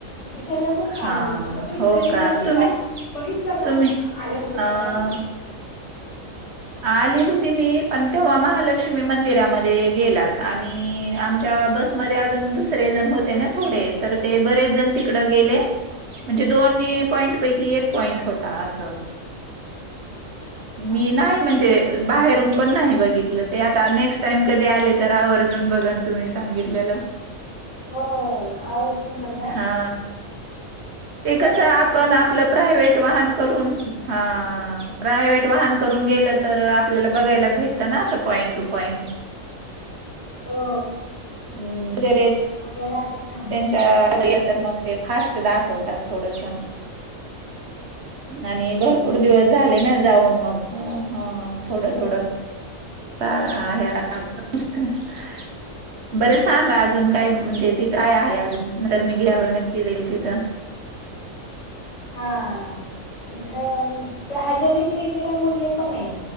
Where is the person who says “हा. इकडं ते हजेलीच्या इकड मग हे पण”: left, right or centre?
Left